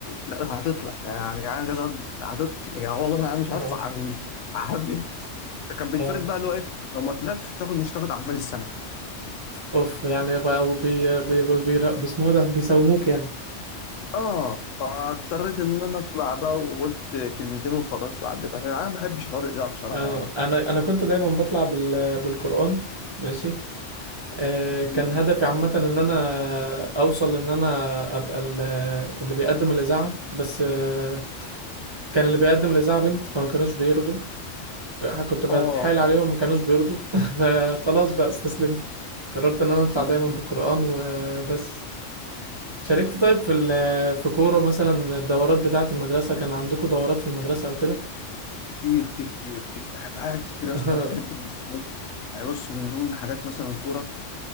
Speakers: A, on the left; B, on the right.
A: لا هتطلع يا جدعان مش عايز اطلع هتطلع يا جدعان والله ما مش
B: اه
A: هطلع مش مش بالعافية فكان بيتفرض
B: اه
A: بقى اللي هو ايه لو ما طلعتش مش هتاخد مش هتاخد اعمال السنة
B: اوف يعني بقوا بي بي بي بي بي اسمه إيه ده بيساوموك يعني
A: اه فاضطريت ان انا اطلع بقى وقلت كلمتين وخلاص وعديت عشان انا ما بحبش حوار الاذاعه بصراحه
B: اه
A: يعني
B: انا انا كنت دايما بطلع بال بالقرآن ماشي آه كان
A: مم.
B: هدفي عامة ان انا اوصل ان انا ابقى ال- اللي بيقدم الاذاعة بس آه كان اللي بيقدم الاذاعة بنت فما كانوش بيرضوا آه، كنت بتحايل
A: اه
B: عليهم ما كانوش بيرضوا <laughs> فخلاص بقى استسلمت قررت ان انا اطلع
A: مم.
B: دايما بالقرآن وبس شاركت طيب في ال- في كورة مثلا الدورات بتاعة المدرسة كان عندكم دورات في المدرسة او كده
A: في في كتير في كتير في كتير في حاجات كتير
B: <laughs>
A: يا اسطى بجد يعني بص من ضمن حاجات مثلا كوره